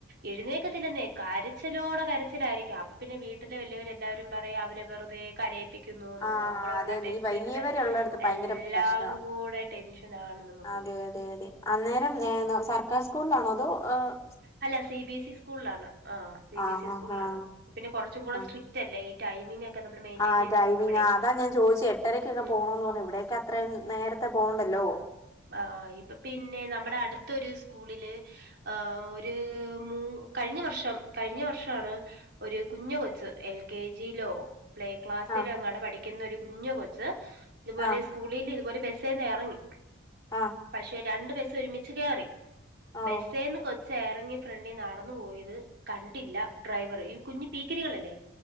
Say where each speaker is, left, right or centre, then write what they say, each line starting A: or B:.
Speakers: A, on the right; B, on the left.
A: എഴു ന്നേക്കത്തില്ലെന്നേ കരച്ചിലോടെ കരച്ചിലായിരിക്കാം അപ്പൊ പിന്നെ വീട്ടിലെ വല്യൊര് എല്ലാരും പറയും അവനെ വെറുതെ കര പ്പിക്കുന്നൂ ന്ന്
B: ആഹ്
A: നമ്മൾള
B: അതെ നീ വലിയവരുള്ളടത്ത്
A: ഷില്
B: ഭയങ്കര
A: എല്ലാം
B: പ്രശ്നവാ
A: കൂടെ ടെൻഷൻ ആണ് നമുക്ക്
B: അതെ അതെ അതെ അന്നേരം ഏ സർക്കാർ സ്കൂളിലാണോ അതോ ഏഹ്
A: അല്ല സി ബി സി സ്കൂളിലാണ് ആഹ് സി
B: ആഹ്
A: ബി സി സ്കൂളിലാണ്
B: ആഹ് ആഹ്
A: പിന്നെ കുറച്ചും കൂടെ
B: ആഹ്
A: സ്ട്രിക്റ്റ് അല്ലേ ടൈമിംഗ് ഒക്കെ നമ്മൾ മെയിന്റെയിൻ
B: ആഹ്
A: ചെയ്ത്
B: ടൈമിംഗ
A: പോകുമ്പോഴേ
B: അതാ ഞാൻ ചോദിച്ച എട്ടരക്കൊക്കെ
A: ഉം
B: പോണോ പറഞ്ഞു ഇവിടൊക്കെ അത്രയും നേരത്തെ പോവണ്ടല്ലോ
A: ആഹ് ഇപ്പൊ പിന്നെ നമ്മടെ അടുത്തരു സ്കൂളില് ആഹ് ഒരു മു കഴിഞ്ഞ വർഷം കഴിഞ്ഞ വർഷാണ് ഒരു കുഞ്ഞു കൊച്ച് എൽ കെ ജി ലോ പ്ലേ ക്ലാസ്സിലെങ്ങാണ്ട
B: ആഹ്
A: പഠിക്കുന്ന ഒരു കുഞ്ഞ് കൊച്ച് ഇതുപോലെ
B: ആഹ്
A: സ്കൂളിൽ ഇതുപോലെ ബ സേന്ന് ഇറങ്ങി.
B: ആഹ്
A: പക്ഷെ രണ്ട് ബസ്സ് ഒരുമിച്ച് കേറി
B: ആഹ്
A: ബസ്സേന്ന്
B: ഓഹ്
A: കൊ ചേറങ്ങി ഫ്രണ്ടി നടന്നു പോയത്. കണ്ടില്ല ഡ്രൈവർ ഈ കുഞ്ഞ് പീക്കിരികളില്ലേ?